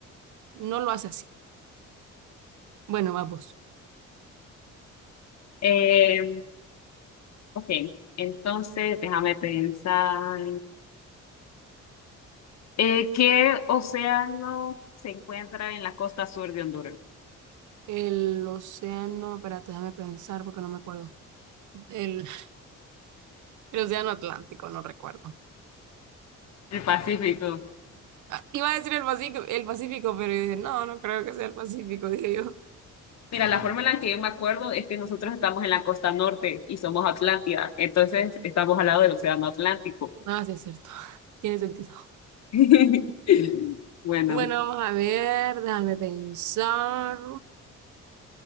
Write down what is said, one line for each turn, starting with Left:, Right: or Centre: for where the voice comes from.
Right: no lo hace así. Bueno, vamos.
Left: Eh, ok, entonces déjame pensar. Eh, ¿qué océano se encuentra en la costa sur de Honduras?
Right: El océano, espérate, déjame pensar porque no me acuerdo. El, el océano Atlántico, no recuerdo.
Left: El Pacífico.
Right: Ah, iba a decir el Pacífico, el Pacífico, pero dije, no, no creo que sea el Pacífico, dije yo.
Left: Mira, la forma en la que yo me acuerdo es que nosotros estamos en la costa norte y somos Atlántida, entonces estamos al lado del océano Atlántico.
Right: ah sí es cierto. <laughs> Tiene sentido.
Left: <laughs> Bueno,
Right: Bueno, vamos a ver, déjame pensar.